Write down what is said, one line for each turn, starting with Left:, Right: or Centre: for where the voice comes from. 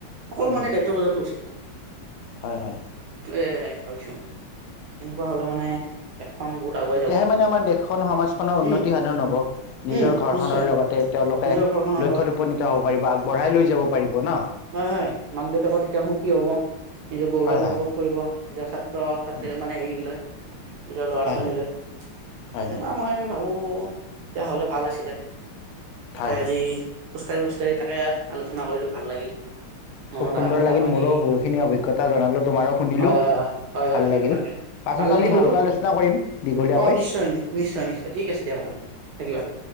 Right: সকলো
Left: উম,
Right: মানে দায়িত্ব বুজাটো উচিত।
Left: হয় হয়।
Right: এইটোৱেই ভাবিছো, এনেকুৱা হলে মানে দেশখন বহুত, আগুৱাই
Left: তেতিয়াহে
Right: যাব
Left: মানে আমাৰ দেশখন সমাজখনৰ উন্নতি
Right: উম
Left: সাধন হব। নিজৰ
Right: উম
Left: ঘৰখনৰ
Right: নিশ্চয়
Left: লগতে তেওঁলোকে
Right: নিজৰ ঘৰখনৰ
Left: লক্ষ্যত
Right: লগত
Left: উপনীত হ'ব পাৰিব আগবঢ়াই লৈ যাব পাৰিব ন।
Right: হয়-হয়, মাক-দেউতাকেও তেতিয়া সুখী হ'ব। নিজৰ গৌৰৱ
Left: হয়, হয়,
Right: অনুভৱ কৰিব। নিজৰ ছাত্ৰ-ছাত্ৰীৰ
Left: উম,
Right: মানে হেৰি লৈ। নিজৰ লৰা-ছোৱালী
Left: হয়, হয়,
Right: লৈ
Left: হয়,
Right: এনেকুৱা
Left: হয়,
Right: মই ভাবোঁ এতিয়া হ'লে ভাল আছিলে। তাকে
Left: হয়, হয়।
Right: আজি খোজকাঢ়ি-খোজকাঢ়ি তাকে আলোচনা কৰিলোঁ ভাল লাগিল।
Left: খুব
Right: মনত
Left: সুন্দৰ
Right: অহা কথা
Left: লাগিল
Right: খিনি
Left: মোৰো বহুখিনি অভিজ্ঞতা জনালো তোমাৰো শুনিলো
Right: হয়-হয়-হয়-হয়-হয়-হয়
Left: ভাল লাগিল।
Right: তাকে।
Left: পাছত
Right: ভাল লাগিল
Left: আমি
Right: বোলো।
Left: ভালকৈ আলোচনা কৰিম দীঘলীয়াকৈ
Right: অ নিশ্চয়-নিশ্চয়-নিশ্চয় ঠিক আছে দিয়া ভালে থাকিবা।